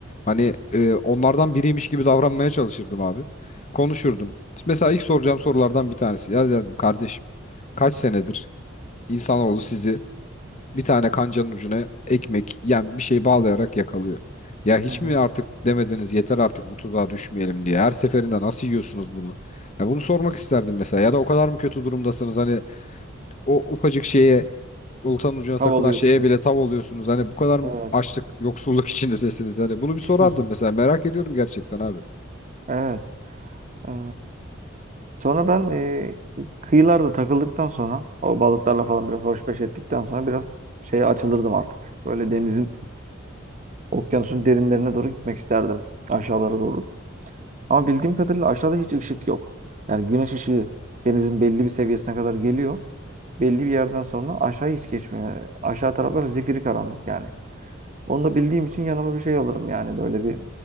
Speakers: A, on the left; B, on the right.
A: Hani e, onlardan biriymiş gibi davranmaya çalışırdım abi. Konuşurdum. Mesela ilk soracağım sorulardan bir tanesi. Ya derdim kardeşim kaç senedir insanoğlu sizi bir tane kancanın ucuna ekmek yani bir şey bağlayarak yakalıyor. Ya hiç
B: Hı hı.
A: mi artık demediniz yeter artık bu tuzağa düşmeyelim diye. Her seferinde nasıl yiyorsunuz bunu? Ya bunu sormak isterdim mesela. Ya da o kadar mı kötü durumdasınız hani o ufacık şeye oltanın ucuna
B: Tav
A: takılan
B: alıyorsunuz.
A: şeye bile tav oluyorsunuz. Hani bu kadar mı
B: Evet.
A: açlık, yoksulluk <laughs> içindesiniz? Hani bunu bir
B: <laughs>
A: sorardım mesela. Merak ediyorum gerçekten abi.
B: Evet. Ee, Sonra ben e, kıyılarda takıldıktan sonra o balıklarla falan biraz hoşbeş ettikten sonra biraz şeye açılırdım artık. Böyle denizin, okyanusun derinlerine doğru gitmek isterdim. Aşağılara doğru. Ama bildiğim kadarıyla aşağıda hiç ışık yok. Yani güneş ışığı denizin belli bir seviyesine kadar geliyor. Belli bir yerden sonra aşağı hiç geçmiyor. Aşağı taraflar zifiri karanlık yani. Onu da bildiğim için yanıma bir şey alırım yani böyle bir